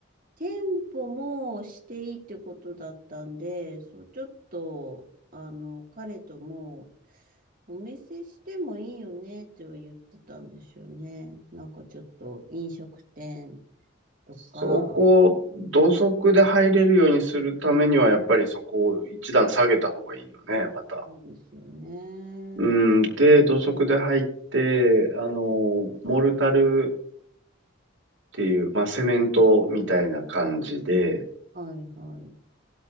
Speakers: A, on the right; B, on the right.
A: 店舗もしていいってことだったんで、そう、ちょっと、あの、彼とも、お店してもいいよねっては言ってたんですよね。なんかちょっと飲食店とか、
B: そこを土足で入れるようにするためには、やっぱりそこを一段下げた方がいいよね、また。
A: そうですよね。
B: うん、で、土足で入って、あの、モルタルっていう、まあ、セメントみたいな感じで、
A: はいはい。